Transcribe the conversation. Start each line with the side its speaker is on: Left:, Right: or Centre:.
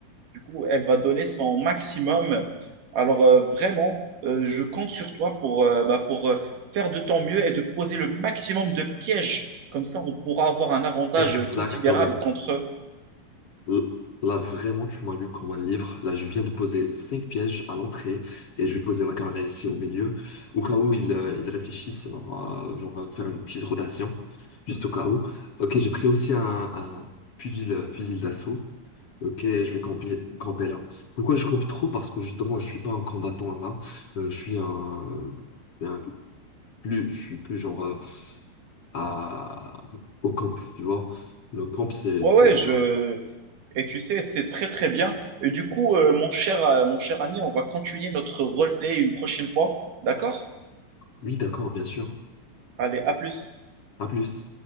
Right: Du coup, elle va donner son maximum. Alors, euh, vraiment, euh, je compte sur toi pour, euh, bah, pour euh, faire de ton mieux et de poser le maximum de pièges. Comme ça, on pourra avoir un avantage
Left: Exactement.
Right: considérable contre eux.
Left: L- Là, vraiment, tu m'as lu comme un livre. Là, je viens de poser cinq pièges à l'entrée et je vais poser ma caméra ici au milieu, au cas où ils, euh, ils réfléchissent, alors, euh, genre, euh, faire une petite rotation, juste au cas où. Ok, j'ai pris aussi un, un fusil, euh, fusil d'assaut. Ok, je vais camper, camper là. Pourquoi je campe trop? Parce que justement, je suis pas un combattant là. Euh, je suis un, un- plus, je suis plus genre euh, à, au camp, tu vois. Le camp, c'est,
Right: Ouais,
Left: c'est,
Right: ouais, je...
Left: euh,
Right: Et tu sais, c'est très, très bien. Et du coup, euh, mon cher, euh, mon cher ami, on va continuer notre roleplay une prochaine fois. D'accord?
Left: oui, d'accord, bien sûr.
Right: Allez, à plus.
Left: À plus.